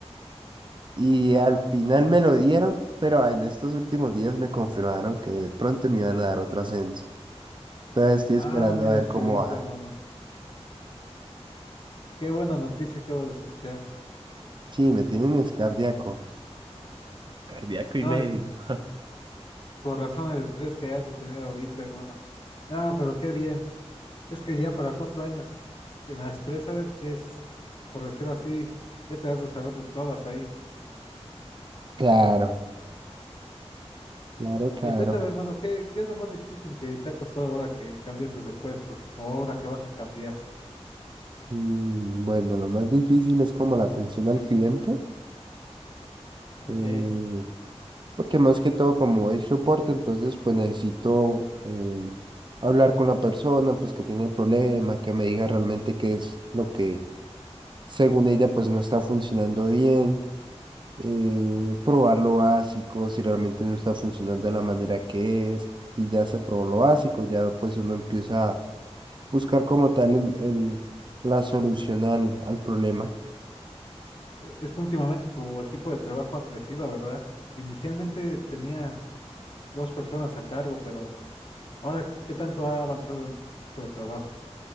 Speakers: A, on the right (about 45°); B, on the left (about 50°).
A: Y
B: Ah,
A: al final me lo dieron, pero en estos últimos días me confirmaron que de pronto me iban a dar otro ascenso. Entonces estoy
B: ah,
A: esperando
B: mira,
A: a ver
B: excelente,
A: cómo va.
B: hermano. Qué buena noticia acabo de escuchar.
A: Sí, me tienen es cardíaco. Cardíaco y
B: No,
A: medio.
B: el- con razón el estrés que has de tener ahorita, hermano. No, pero qué bien. Es que ya para cuatro años en la empresa es, por decirlo así, ya te has de saber de todas ahí.
A: Claro, claro, claro.
B: Y cuéntame, hermano, ¿qué, qué es lo más difícil que te ha costado ahora que cambiaste de puesto o ahora que vas a cambiar?
A: Mm, bueno, lo más difícil es como la atención al cliente,
B: Ok.
A: mm, porque más que todo como es soporte, entonces pues necesito eh, hablar con la persona, pues que tiene el problema, que me diga realmente qué es lo que según ella pues no está funcionando bien, eh, probar lo básico, si realmente no está funcionando de la manera que es, si ya se probó lo básico, ya pues uno empieza buscar como tal el, el- la solución al, al problema.
B: E- Es que últimamente tu equipo de trabajo ha crecido, ¿verdad? Inicialmente tenías dos personas a cargo, pero ahora, ¿qué tanto ha avanzado el equipo de trabajo?